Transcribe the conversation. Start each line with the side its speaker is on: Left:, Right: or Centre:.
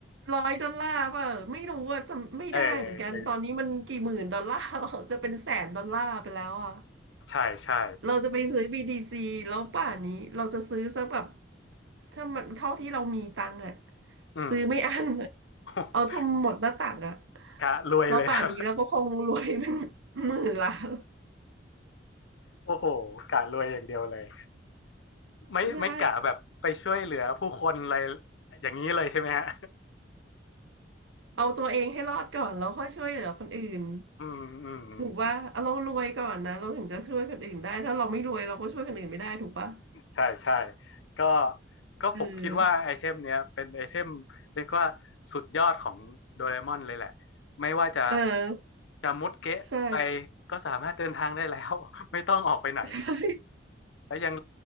Right: ร้อยดอลลาร์เปล่ะไม่รู้ว่าจำไม่ได้เหมือนกันตอนนี้มันกี่หมื่นดอลลาร์
Left: เออเออ
Right: <laughs> หรอจะเป็นแสนดอลลาร์ไปแล้วอ่ะ
Left: ใช่ใช่
Right: เราจะไปซื้อ BTC แล้วป่านนี้เราจะซื้อซะแบบถ้ามันเท่าที่เรามีตังค์อะ
Left: อืม
Right: ซื้อไม่อั้นอะ
Left: <laughs>
Right: เอาทั้งหมดหน้าตักอะ
Left: กะรวยเลยนะ
Right: แล้วป่านนี้เราก็คงรวยเป็น <laughs> หมื่นล้าน
Left: <laughs> โอ้โหกะรวยอย่างเดียวเลยไม่ไม่กะแบบไปช่วยเหลือผู้คนอะไร
Right: ใช่
Left: อย่างนี้เลยใช่ไหมฮะ
Right: เอาตัวเองให้รอดก่อนแล้วค่อยช่วยเหลือคนอื่น
Left: อืม <laughs> อืมอืม
Right: ถูกว่าเอาเรารวยก่อนนะเราถึงจะช่วยคนอื่นได้ถ้าเราไม่รวยเราก็ช่วยคนอื่นไม่ได้ถูกปะ
Left: ใช่ใช่ก็ก็ผมคิดว่าไอเทมเนี้ยเป็นไอเทมเรียกว่าสุดยอดของโดเรมอนเลยแหละ
Right: เออ
Left: ไม่ว่าจะ
Right: เออ
Left: จะมุดเกะไป
Right: ใช่
Left: ก็สามารถเดินทางได้แล้ว <laughs> ไม่ต้องออกไปไหน
Right: <laughs> ใช่
Left: แล้วยัง